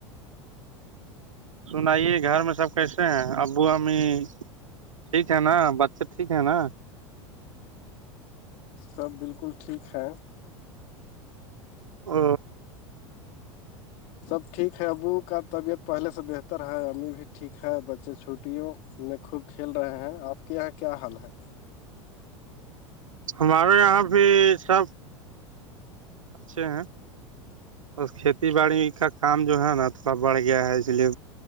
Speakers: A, on the right (about 80°); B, on the left (about 50°).
A: سنائیے گھر میں سب کیسے ہیں ابو امی ٹھیک ہے نا بچے ٹھیک ہے نا
B: سب بالکل ٹھیک ہے
A: ہ
B: سب ٹھیک ہے ابو کا طبیعت پہلے سے بہتر ہے امی بھی ٹھیک ہے بچے چھوٹیوں خوب کھیل رہے ہیں آپ کے یہاں کیا حال ہے
A: ہمارے یہاں پہ سب اچھا اور کھیتی باڑی کا کام جو ہے نا تھوڑا بڑھ گیا ہے اس لیے